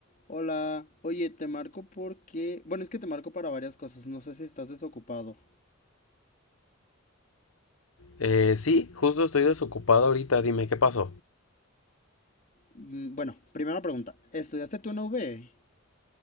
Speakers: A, on the left; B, on the left.
A: Hola, oye, te marco porque, bueno, es que te marco para varias cosas, no sé si estás desocupado.
B: Eh, sí, justo estoy desocupado ahorita, dime qué pasó.
A: Mm, Bueno, primera pregunta, ¿estudiaste tú en la UV?